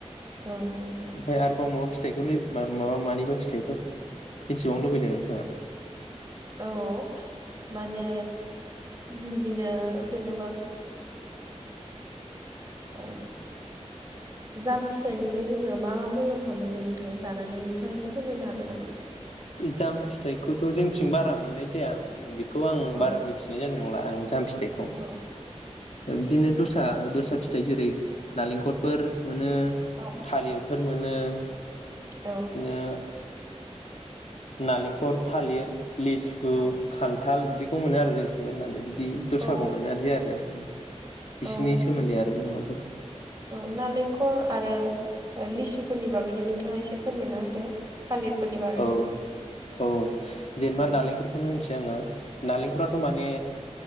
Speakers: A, on the right; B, on the left.
A: औ नंगौ नोंथां
B: ओमफ्राय आरोबाव माबा फि फिथायाइखौ माबा मानिबा फिथाइफोर मिथिबावनो लुबैदों नोंथाङा?
A: औ माने बिदिनो जेनेबा ओ जाम फिथाइनिफ्राय जोङो मा मा मुलाम्फा मोनो नोंथां जानानै नोंथाङा एसे फोरमायनो हागोन नामा?
B: जाम फिथाइखौथ जोंथिं बारा मोननाय जाया बेख खौ आं
A: औ
B: बारा मिथिनाय जाना नंला आं जाम फि थायखौ।
A: औ
B: बिदिनो दस्रा दस्रा फिथाइ जेरै नालेंखलफोर मोनो
A: औ
B: थालिरफोर मोनो। <inaudible>
A: औ
B: बिदिनो नालेंखल, थालिर लिसु,
A: औ
B: खान्थाल बिदिखौ मोनो आरो जोंथि मेललानो बिद दि दस्राखौ
A: औ
B: मोननाय जि आरो
A: औ
B: बिसोरनि सोमोन्दै आरो माबाफोर
A: औ नालेंखर आरो लिसुफोरनि बागैनो नोंथाङा एसे फोरमायना होदो। थालिरफोरनि बागैनो
B: औ औ जेनेबा
A: औ
B: नालेंखरखौनो जोङो नालेंखराथ' माने